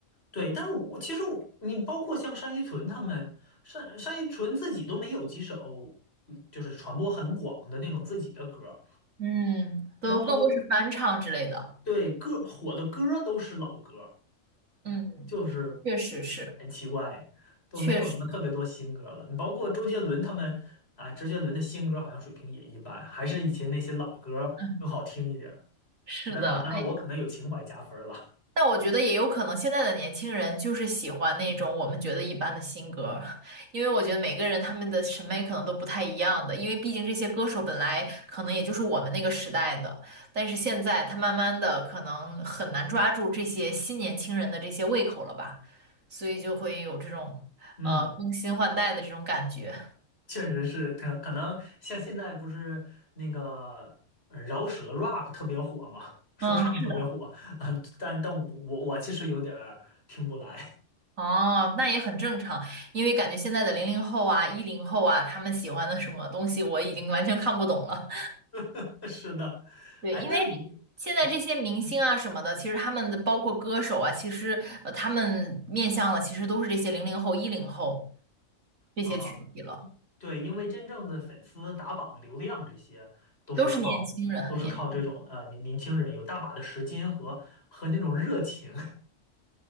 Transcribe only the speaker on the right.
嗯，都更多是翻唱之类的，
嗯，
确实是，
确实，
嗯，是的，
哎。但我觉得也有可能，现在的年轻人就是喜欢那种我们觉得一般的新歌，因为我觉得每个人他们的审美可能都不太一样的，因为毕竟这些歌手本来可能也就是我们那个时代的，但是现在他慢慢的可能很难抓住这些新年轻人的这些胃口了吧，所以就会有这种
呃更新换代的这种感觉。
嗯，是的。
哦，那也很正常，因为感觉现在的零零后啊、一零后啊，他们喜欢的什么东西我已经完全看不懂了。
对，
因为
现在这些明星啊什么的，其实他们的包括歌手啊，其实呃他们面向的其实都是这些零零后、一零后这些群体了，
都是年轻人，很年轻。